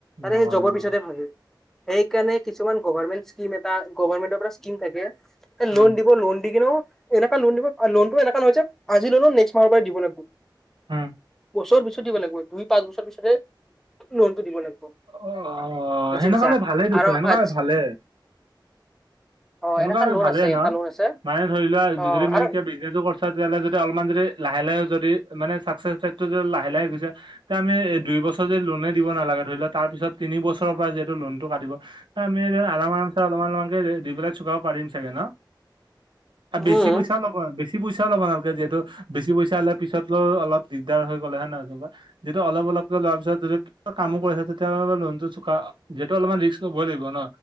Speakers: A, in the centre; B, on the right.
A: মানে
B: নকৰে
A: হে জবৰ
B: নকৰে
A: পিছতে থাকে', সেইকাৰণে কিছুমান গভমেণ্ট', স্কিম এটা, গভমেণ্টৰ মানে স্কিম থাকে
B: উম
A: লোন দিব, লোন দি কিনেও', এনেকা লোন দিব, অ', লোনটো এনেকা নহয় যে আজি ললো নেক্স মাহৰ পৰা দিব লাগিব',
B: উম
A: বছৰ পিছতে দিব লাগিব, দুই - পাঁচ বছৰ পিছতে', লোনটো দিব লাগিব,
B: অ
A: বুজি
B: সেনেকুৱা
A: পাইছা
B: হ'লে ভালেই দেখোন
A: আৰু
B: সেনেকুৱা
A: আচ্ছা',
B: হ'লে ভালে
A: অ
B: এনেকুৱা
A: এনেকা
B: হ'লে
A: লোন
B: ভালে
A: আছে
B: ন,
A: এটা লোন আছে
B: মানে ধৰি ল', ধৰা
A: অ
B: দুজনে মিলকে
A: আৰু
B: বিজনেছো কৰছা, তেতিয়া হ'লে যদি অলপমান যদি লাহে-লাহে যদি মানে চাব', চেফ চাইডটো যে লাহে-লাহে গৈছা, তে আমি দুই বছৰ যদি লোনে দিব নালাগে, ধৰি লোৱা তাৰ পিছত', তিনি বছৰৰ পৰা যিহেতু লোন টো কাটিব, তাৰ আমি যে আৰাম - আৰামছে অলপমান - অলমানকে যে দি পেলাই', চোকাব পাৰিম চাগে ন, তাত বেছি
A: উম।
B: পইচাও ল'ব, বেছি পইচাও ল'ব নালগে যিহেতু', বেছি পইচা হ'লে পিছতও অলপ দিগদাৰ হৈ গ'লে হে নহয় যেনেবা', যিটো অলপ - অলপকে লোৱাৰ পিছত যদি কিবা কামো কৰিছে তেতিয়া হ'লে বা লোনটো চোকা', যিহেতু অলপমান ৰিক্স ল'বই লাগিব ন,